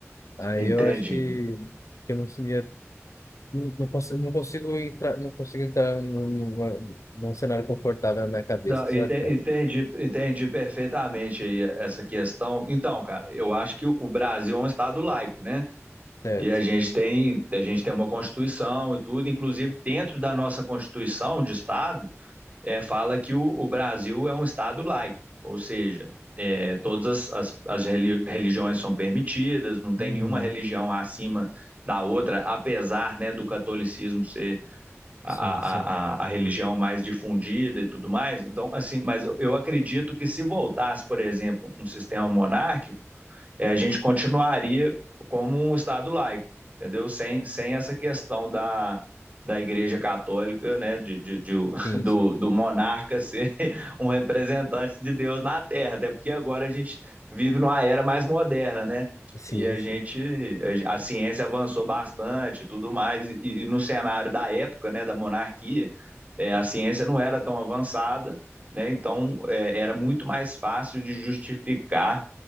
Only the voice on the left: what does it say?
Aí
eu acho que que eu não sabia, não, não consigo, não consigo entrar, não consigo entrar num, num, num cenário confortável na minha cabeça,
sabe,
cara?
Certo.
Uhum.
Sim, sim.
Sim,
sim.
Sim,
sim.